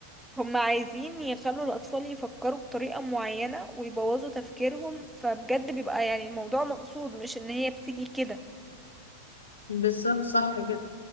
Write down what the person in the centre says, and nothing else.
هم عايزين يخلوا الأطفال يفكروا بطريقة معينة ويبوظوا تفكيرهم فبجد بيبقى يعني الموضوع مقصود مش إن هي بتيجي كده